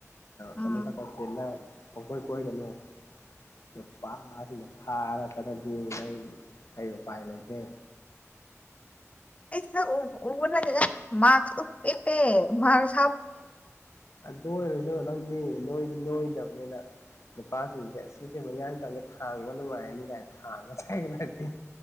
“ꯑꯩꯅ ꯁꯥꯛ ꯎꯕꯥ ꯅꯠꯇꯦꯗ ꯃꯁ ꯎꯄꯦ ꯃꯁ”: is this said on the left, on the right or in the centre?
Left